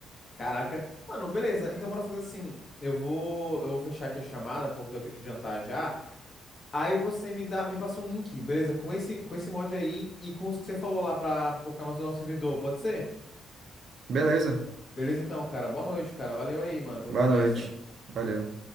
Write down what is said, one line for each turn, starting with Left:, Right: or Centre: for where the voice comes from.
Left: caraca. Mano, beleza, então bora fazer assim. Eu vou, eu vou fechar aqui a chamada, porque eu tenho que jantar já. Aí você me dá, me passa um link, beleza? Com esse, com esse mod aí e com os que você falou lá pra, pra colocar no nosso servidor, pode ser?
Right: Beleza.
Left: Beleza então, cara. Boa noite, cara. Valeu aí, mano, pela
Right: Boa
Left: conversa.
Right: noite. Valeu.